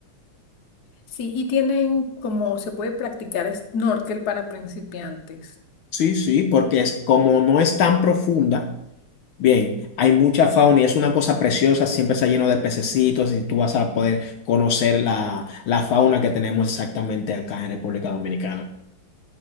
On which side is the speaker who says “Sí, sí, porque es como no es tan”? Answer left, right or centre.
Left